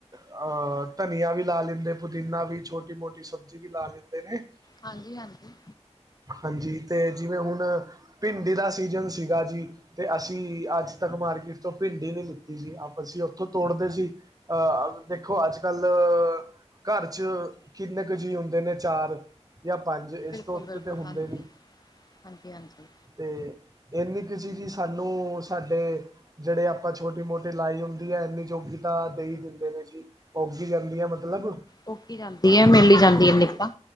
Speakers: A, on the right; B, on the left.
A: ਅਹ, ਧਨੀਆ ਵੀ ਲਾ ਲੈਂਦੇ, ਪੁਦੀਨਾ ਵੀ, ਛੋਟੀ-ਮੋਟੀ ਸਬਜ਼ੀ ਵੀ ਲਾ ਲੈਂਦੇ।' ' <unintelligible>
B: ਹਾਂਜੀ-ਹਾਂਜੀ।
A: ਹਾਂਜੀ ਤੇ ਜਿਵੇਂ ਹੁਣ ਭਿੰਡੀ ਦਾ ਸੀਜਨ ਸੀਗਾ ਜੀ, ਤੇ ਅਸੀਂ ਅੱਜ ਤੱਕ ਮਾਰਕੀਟ ਤੋਂ ਭਿੰਡੀ ਨੀ ਲਿੱਤੀ ਜੀ ਅਸੀਂ ਉੱਥੋਂ ਤੋੜਦੇ ਸੀ, ਅਹ, ਦੇਖੋ ਅੱਜ-ਕੱਲ੍ਹ ਘਰ 'ਚ' ਕਿੰਨੇ ਕ ਜੀ ਹੁੰਦੇ ਨੇ ਚਾਰ। ਜਾਂ ਪੰਜ ਇਸ
B: ਬਿਲਕੁਲ
A: ਤੋਂ ਉੱਤੇ
B: ਬਿਲਕੁਲ
A: ਤਾਂ ਹੁੰਦੇ
B: ਹਾਂਜੀ
A: ਨੀ।
B: ਹਾਂਜੀ ਹਾਂਜੀ
A: ਤੇ ਇੰਨੀ ਕ ਸੀ ਜੀ ਸਾਨੂੰ ਸਾਡੇ, ਜਿਹੜੇ ਆਪਾਂ ਛੋਟੀ ਮੋਟੇ ਲਾਈ ਹੁੰਦੀ ਐ, ਇੰਨੀ ਜੋਗੀ ਤਾਂ ਦੇਈ ਦਿੰਦੇ ਨੇ ਜੀ, ਉਗ ਹੀ ਜਾਂਦੀ ਆ ਮਤਲਬ।
B: ਉੱਗ ਹੀ ਜਾਂਦੀ ਐ, ਮਿਲ ਜਾਂਦੀ ਆ ਇੰਨੀ ਕੁਝ ਤਾਂ।